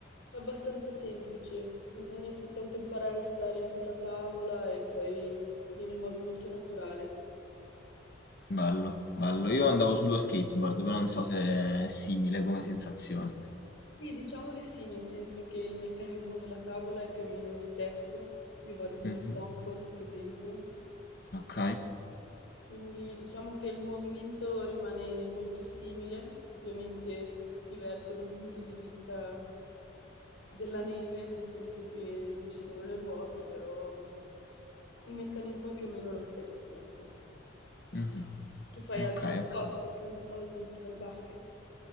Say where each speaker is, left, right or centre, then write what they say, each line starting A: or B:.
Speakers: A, on the left; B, on the left.
A: è abbastanza semplice. Bisogna soltanto imparare a stare sulla tavola e poi viene in modo molto naturale.
B: bello, bello. Io andavo sullo skateboard, però non so se è simile come sensazione.
A: Sì, diciamo di sì, nel senso che il meccanismo della tavola è più o meno lo stesso. Io vado con
B: Mhm,
A: il longboard, per esempio,
B: Ok,
A: quindi diciamo che il movimento rimane molto simile, ovviamente diverso dal punto di vista della neve, nel senso che non ci sono le ruote, però il meccanismo è più o meno lo stesso, ecco.
B: mhm,
A: Tu fai altri
B: ok,
A: sport
B: ok.
A: oltre al, oltre al basket?